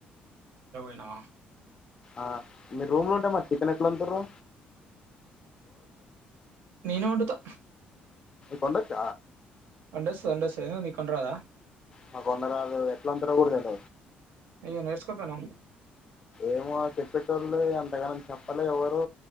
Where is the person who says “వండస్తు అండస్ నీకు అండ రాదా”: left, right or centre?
Right